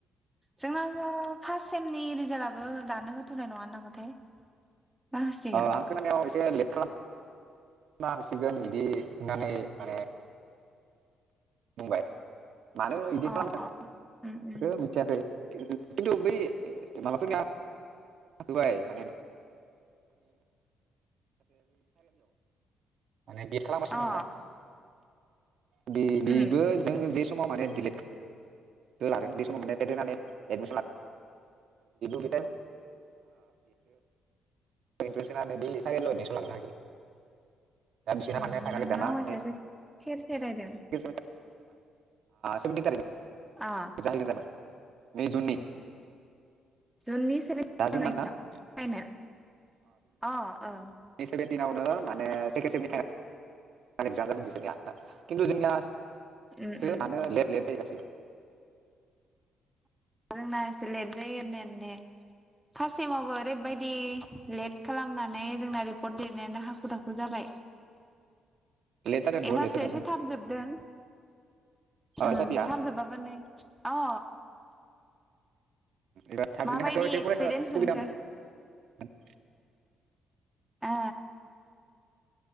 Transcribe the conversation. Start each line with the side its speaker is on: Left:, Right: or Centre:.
Centre: जोंना ओ फास सेमनि रिजाल्टआबो दानो होथनाय नंङा नामाथाय? ना होसिगोन
Right: ओ आं खोनानायाव एस एसे लेट खालाम ना‌ होसिगोन इदि होननानै माने बुंबाय। मानो इदि खालामबाय
Centre: अ उम उम
Right: थाखो‌ मिथियाखै। खिन्थु बै माबाफोरनिया <unintelligible> माने दि खालामगासिनो
Centre: अ
Right: दंङ। बे बेबो
Centre: उम
Right: जोंनो जे समाव माने डिलेट लादो बे समाव‌ <unintelligible> माने एडमिसन लादो <unintelligible> <unintelligible> दा बिसोरना
Centre: अ
Right: माने फाइनाल
Centre: नोंना
Right: एगजामा
Centre: आवाजासो
Right: <unintelligible>
Centre: थेर थेरायदों
Right: ओ सेभेनटि थारिखै
Centre: अ
Right: जाहैगोन जाबाय। मै जुननि
Centre: जुननि सेभेन
Right: दा
Centre: <unintelligible>
Right: जुन मानना
Centre: फाइनेल अ ओं
Right: सेभेेनटिननावनो माने सेकेनट सेमिसटारनि एजाम जागोन बिसोरनिया। खिन्थु जोंनियासो
Centre: उम उम
Right: मानो लेट लेट जायो गासिबो।
Centre: जोंना एसे लेट जायो होननायानो दे। फास्ट सेमावबो ओरैबायदि लेट खालामनानै जोंना रिपर्ट लिरनायानो हाखु दाखु जाबाय।
Right: लेट जादों बहुत
Centre: एबारसो
Right: लेट जादों
Centre: एसे थाबजोबदों उम
Right: एस आइ पि आ
Centre: थाबजोबाबो नै अ
Right: एबार थाबजोबनाखायनोथ
Centre: माबायदि
Right: एसे
Centre: एक्सपिरियेन्स
Right: फरायनो खुबिदा
Centre: मोनखो
Right: मोनदों।
Centre: ओ